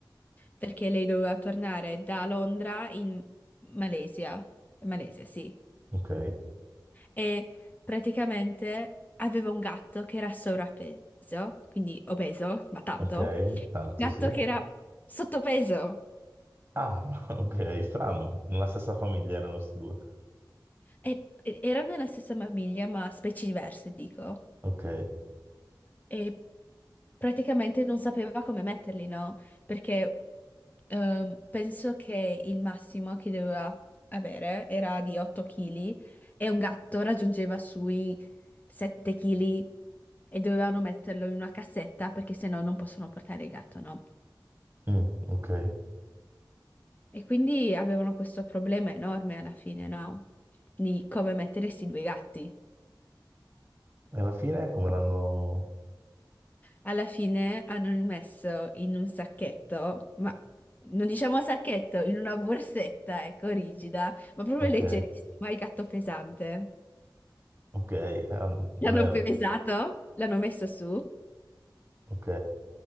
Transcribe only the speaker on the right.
ok,
ok, tanto
sì.
Ah, <laughs> ok, strano, nella stessa famiglia erano questi due.
Ok,
mm, ok. E
alla fine come l'hanno...
Ok,
ok, ah,
non era
Ok.